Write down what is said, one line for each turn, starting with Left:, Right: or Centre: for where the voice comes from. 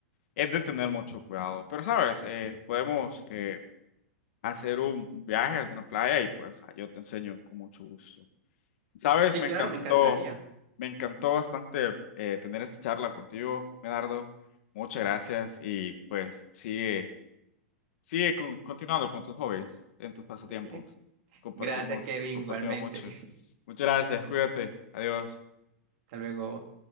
Left: es de tener mucho cuidado. Pero, ¿sabes? Eh, podemos eh, hacer un viaje a alguna playa y pues yo te enseño con mucho gusto. Sabes,
Right: Sí,
Left: me
Right: claro,
Left: encantó,
Right: me encantaría.
Left: me encantó bastante eh, tener esta charla contigo, Medardo. Muchas gracias y pues sigue, sigue con- continuando con tus hobbies, en tus pasatiempos.
Right: Sí.
Left: Compartimos,
Right: Gracias, Kevin,
Left: compartimos
Right: igualmente.
Left: mucho.
Right: <laughs>
Left: Muchas gracias, cuídate, adiós.
Right: Hasta luego.